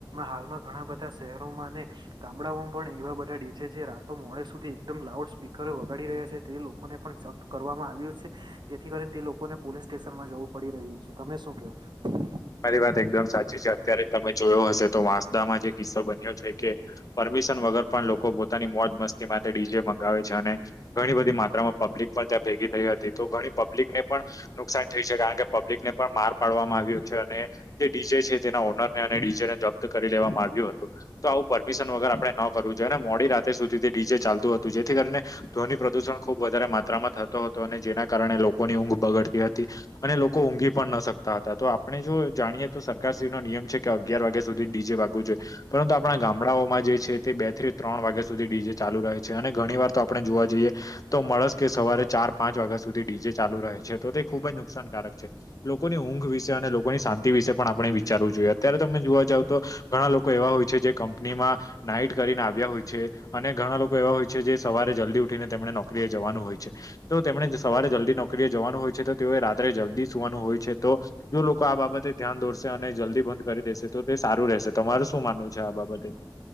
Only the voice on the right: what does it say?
હાલમાં ઘણા બધા શહેરોમાં અને ગામડાઓમાં પણ એવા બધા ડીજે છે. જે રાતો મોડે સુધી એકદમ લાઉડ સ્પીકરે વગાડી રહ્યા છે. તે લોકોને પણ કરવામાં આવ્યું છે. જેથી કરીને તે લોકોને પોલીસ સ્ટેશનમાં જવું પડી રહ્યું છે. તમે શું કેવો છો?